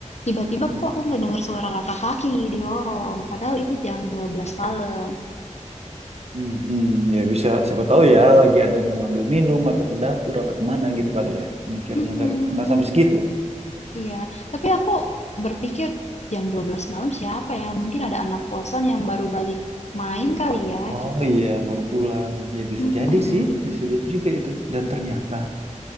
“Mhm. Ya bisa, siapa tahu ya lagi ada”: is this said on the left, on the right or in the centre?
Right